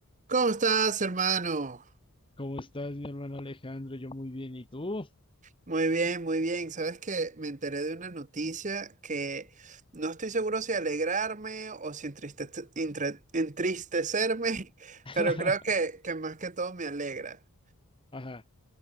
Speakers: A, on the right; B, on the left.
A: ¿Cómo estás, hermano?
B: ¿Cómo estás, mi hermano Alejandro? Yo muy bien, ¿y tú?
A: Muy bien, muy bien. Sabes que me enteré de una noticia que no estoy seguro si alegrarme o si entristece- entre- entristecerme, <laughs>
B: <laughs>
A: pero creo que, que más que todo me alegra.
B: Ajá.